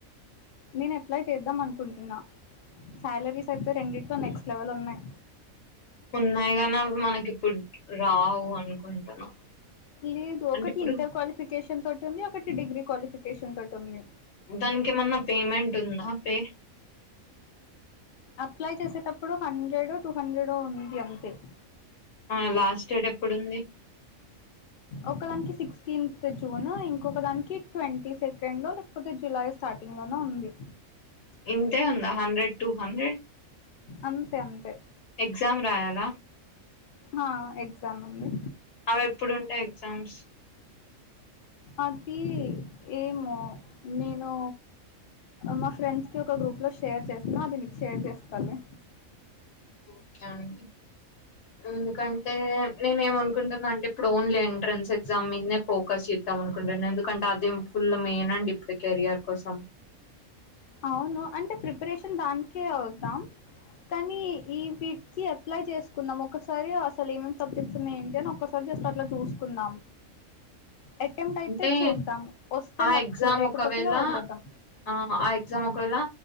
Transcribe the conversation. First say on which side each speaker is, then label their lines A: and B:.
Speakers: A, on the left (about 75°); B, on the left (about 60°).
A: నేను అప్లై చేద్దాం అనుకుంటున్నా సాలరీస్ అయితే రెండిట్లో నెక్స్ట్ లెవెల్ ఉన్నాయి
B: ఉన్నాయిగానీ అవి మనకి ఇప్పుడు రావు అనుకుంటున్నా
A: లేదు
B: అంటే
A: ఒకటి
B: ఇప్పుడు
A: ఇంటర్ క్వాలిఫికేషన్ తోటి ఉంది ఒకటి డిగ్రీ క్వాలిఫికేషన్ తోటి ఉంది
B: దానికి ఏమన్నా పేమెంట్ ఉందా పే
A: అప్లై చేసేటప్పుడు హండ్రెడ్ టూ హండ్రెడ్ ఉంది అంతే
B: ఆవునా లాస్ట్ డేట్ ఎప్పుడు ఉంది
A: ఒకదానికి సిక్స్టీన్త్ జూన్ ఇంకొక దానికి ట్వంటీ సెకండ్ లే పోతే జులై స్టార్టింగ్ లోన ఉంది
B: ఇంతే ఉందా హండ్రెడ్ టూ హండ్రెడ్
A: అంతే అంతే
B: ఎగ్జామ్ రాయాల
A: హా ఎగ్జామ్ ఉంది
B: అవి ఎప్పుడుంటాయి ఎగ్జామ్స్
A: అదీ ఏమో నేను మా ఫ్రెండ్స్ కి ఒక గ్రూప్ లో షేర్ చేస్తా అది నీక్ షేర్ చేస్తాలే
B: ఒకే అండి ఎందుకంటే నేను ఎం అనుకుంటున్నా అంటే ఇప్పుడు ఓన్లే ఎంట్రన్స్ ఎగ్జామ్ మీదనే ఫో కస్ చేద్దాం అనుకుంటున్న ఎందుకంటే అదే ఫుల్ మెయిన్ అండి ఇప్పుడు కెరియర్ కోసం
A: అవును అంటే ప్రిపరేషన్ దానికే అవుతాం కానీ ఈ వీటికి అ అప్లై చేసుకుందాం ఒకసారి అసలు ఏమేం సబ్జెక్ట్స్ ఉన్నాయి ఏంటి అని ఒకసారి జస్ట్ అట్లా చూసుకుందాం అటెంప్ట్ అయితే
B: అంటే
A: చేద్దాం వస్తే
B: ఆ
A: లక్కు
B: ఎగ్జామ్
A: లేకపోతే
B: ఒకవేళ
A: ఇగ వదిలేద్దాం
B: ఆ ఆ ఎగ్జామ్ ఒక వేలా